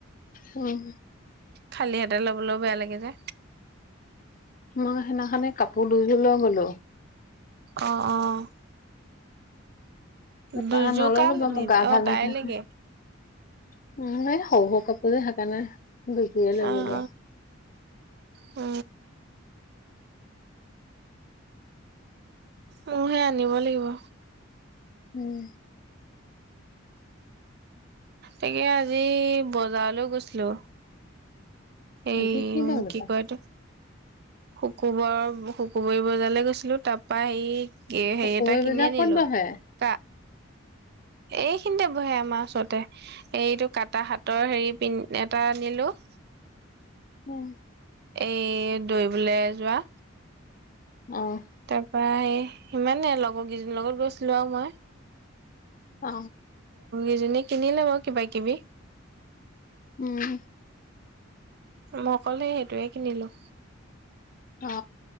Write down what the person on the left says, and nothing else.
উম।
মই সেইদিনাখে কাপোৰ দু ল গলো
তাপা
নল
ৰ'ব মোৰ
গা
ভাল
লাগেতে উ ম শৰু সৰু কাপোৰে সেইকাৰণে বকিয়ে লৈ
গলো
উম
আজি বাৰ বজাৰ
শুকুৰবাৰ
বজাৰ
ক'ত বহে
উম
অ
উ
উম
অ